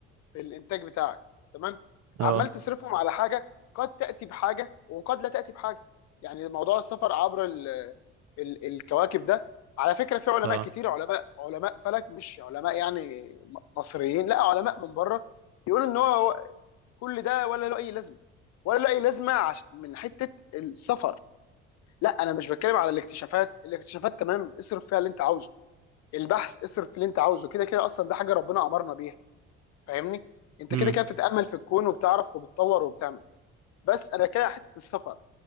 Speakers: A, on the left; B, on the right.
A: الانتاج بتاعك تمام
B: اه
A: عمال تصرفهم على حاجه قد تاتي بحاجه وقد لا تاتي بحاجه يعني موضوع السفر عبر ال ال الكواكب ده على فكره في علماء
B: اه
A: كتير علماء علماء فلك مش علماء يعني مصريين لا علماء من بره يقولوا ان هو كل ده ولا له اي لازمه ولا له اي لازمه عش- من حته السفر لا انا مش بتكلم على الاكتشافات الاكتشافات تمام اصرف فيها اللي انت عاوزه البحث اصرف اللي انت عاوزه كده كده اصلا ده حاجه ربنا امرنا بيها فاهمني انت
B: امم
A: كده كده بتتامل في الكون وبتعرف وبتطور وبتعمل بس انا كده حته السفر